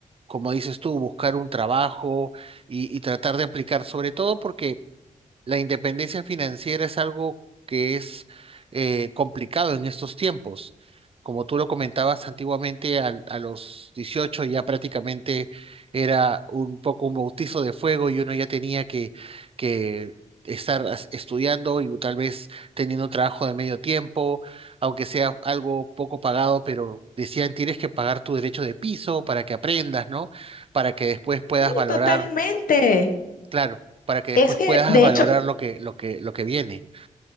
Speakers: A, on the right; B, on the left.
A: como dices tú, buscar un trabajo y, y tratar de aplicar, sobre todo porque la independencia financiera es algo que es eh, complicado en estos tiempos. Como tú lo comentabas antiguamente, al- a los 18 ya prácticamente era un poco un bautizo de fuego y uno ya tenía que, que estar as- estudiando y tal vez teniendo un trabajo de medio tiempo, aunque sea algo poco pagado, pero decían tienes que pagar tu derecho de piso para que aprendas, ¿no? Para que después puedas
B: Sí,
A: valorar
B: totalmente.
A: Claro, para que después
B: Es que,
A: puedas
B: de
A: valorar
B: hecho,
A: lo que, lo que, lo que viene.